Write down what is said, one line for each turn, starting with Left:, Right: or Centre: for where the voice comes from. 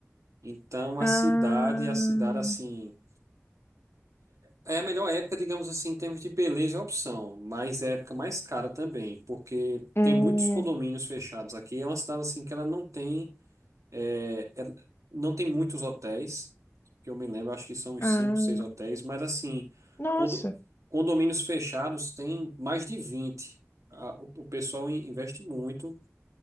Right: Então a
Left: Ah,
Right: cidade, a cidade assim, É a melhor época, digamos assim, em termos de beleza e opção, mas é a época mais cara também, porque
Left: hum,
Right: tem muitos condomínios fechados aqui. É uma cidade assim que ela não tem, é, ela não tem muitos hotéis, que eu me lembro, acho que são uns
Left: ah,
Right: 5, 6 hotéis, mas assim,
Left: nossa,
Right: condo- condomínios fechados tem mais de 20. A- o, o pessoal in- investe muito